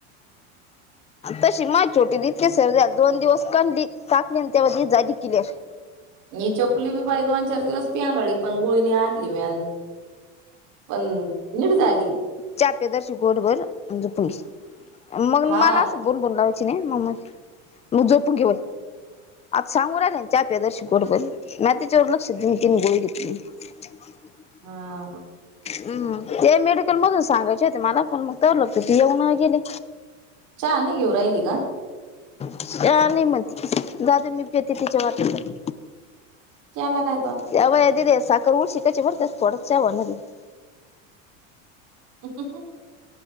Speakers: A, on the left (about 15°); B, on the right (about 50°).
A: तशी माये छोटी <unintelligible> दोन दिवस कनली टाकली आणि त्यामध्ये जाली किलअर.
B: ही छकुली बी बाई दोन चार दिवस पिंगाळी पण गुळीने आली <unintelligible> पण नीट झाली.
A: चा पे दर्शु घोटभर म्हणजे पस मग
B: हा
A: मला असं भुणभुण लावायचे नाय <unintelligible> मग झोपून घे वय आज सांगून राहाले चा प्या दर्शी घोटभर नाय तीच्यावर लक्ष दिले तीन गोळी घेतली. <unintelligible> <inaudible>
B: हा.
A: हम्म ते मेडिकल मधून सांगायचे होते मला, पण मग तवर ते येऊनही गेले.
B: चहा नाही घेऊ राहिली का.
A: अ नाही म्हणती, जाऊ दे मी पेते तिच्या वाटणीचा.
B: त्याला काय आता.
A: <unintelligible>
B: <unintelligible>